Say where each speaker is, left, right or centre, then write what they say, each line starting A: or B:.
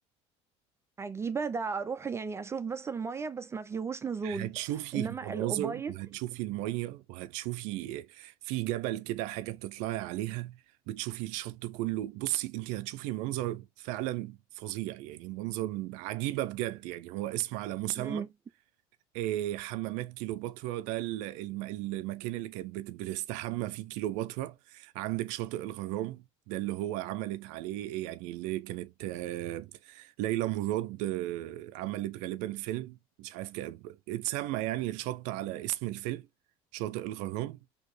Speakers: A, on the right; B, on the right.
A: عجيبه ده اروح يعني اشوف بس الميه بس ما فيهوش نزول
B: هتشوفي
A: انما
B: مناظر
A: الابيض
B: وهتشوفي المية وهتشوفي في جبل كده حاجة بتطلعي عليها بتشوفي الشط كله بصي انت هتشوفي منظر فعلا فظيع يعني منظر عجيبة بجد يعني هو اسم على مسمى
A: مم.
B: آه، حمامات كيلوباترا ده ال- الم- المكان اللي كانت بت- بتستحمى فيه كيلوباترا عندك شاطئ الغرام ده اللي هو عملت عليه يعني اللي كانت آه، ليلى مراد آه، عملت غالبا فيلم مش عارف كان- اتسمى يعني الشط على اسم الفيلم شاطئ الغرام